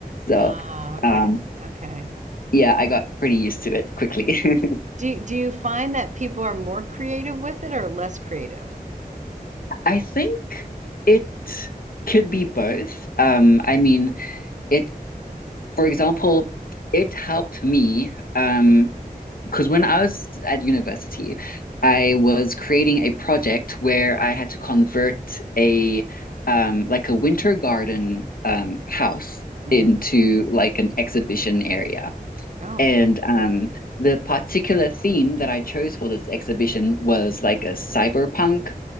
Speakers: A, on the left; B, on the right.
A: So,
B: Ah, okay.
A: um,
B: Okay.
A: yeah, I got pretty used to it quickly. <laughs>
B: Do you- do you find that people are more creative with it or less creative?
A: I think it could be both. Um, I mean, it, for example, it helped me um, because when I was at university, I was creating a project where I had to convert a um, like a winter garden um, house
B: Mm
A: into
B: hmm
A: like an exhibition area.
B: Oh.
A: And um, the particular theme that I chose for this exhibition was like a cyberpunk